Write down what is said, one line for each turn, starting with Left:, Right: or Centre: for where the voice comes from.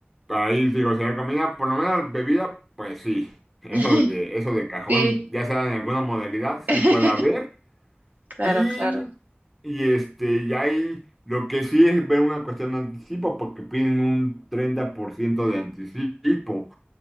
Centre: ahí digo, sería comida, por lo menos bebida, pues sí, eso
Right: <laughs>
Centre: de, eso de cajón,
Right: Sí,
Centre: ya sea en alguna modalidad,
Right: <laughs>
Centre: sí puede haber.
Right: claro,
Centre: Y,
Right: claro.
Centre: y este, y ahí lo que sí es ver una cuestión de anticipo, porque piden un 30% de anticipo.